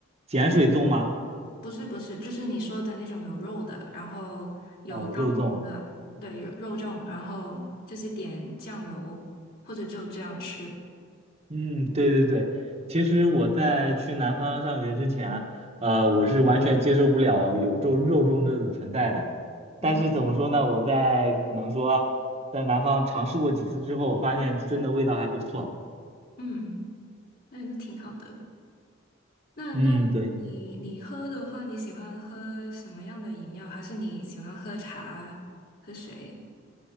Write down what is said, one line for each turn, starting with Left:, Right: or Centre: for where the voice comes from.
Right: 碱水粽吗？
Left: 不是不是，就是你说的那种有肉的，然后有蛋黄的，
Right: 哦，肉粽，
Left: 对，有肉粽，然后就是点酱油或者就这样吃。
Right: 嗯，对对对，其实我在去南方上学之前，呃，我是完全接受不了有肉肉粽这种存在的。
Left: 嗯
Right: 但是怎么说呢，我在可能说在南方尝试过几次之后，我发现真的味道还不错。
Left: 嗯，对，那挺好的。那那你你喝的话，
Right: 嗯，对，
Left: 你喜欢喝什么样的饮料？还是你喜欢喝茶、喝水？